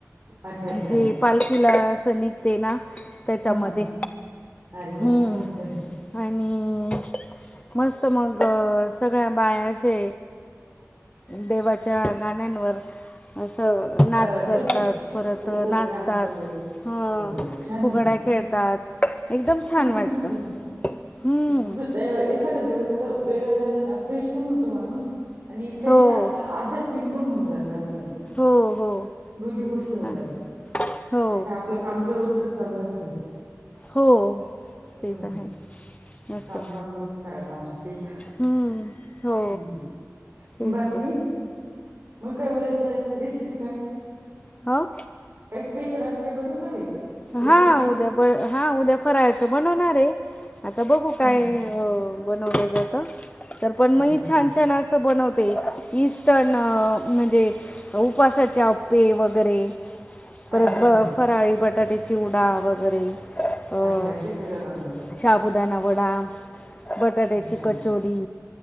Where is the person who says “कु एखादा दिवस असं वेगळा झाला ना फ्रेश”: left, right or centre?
Right